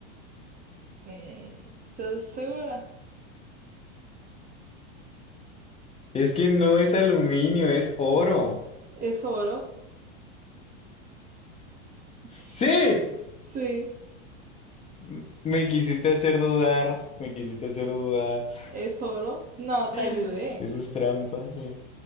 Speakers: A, on the right (about 25°); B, on the left (about 15°).
A: Mm, ¿Estás segura?
B: Es que no es aluminio, es oro.
A: Es oro. <laughs>
B: ¡Sí!
A: Sí, sí,
B: M- Me quisiste hacer dudar. Me quisiste hacer dudar.
A: es oro. No, te
B: <laughs>
A: ayudé.
B: Eso es trampa. eh,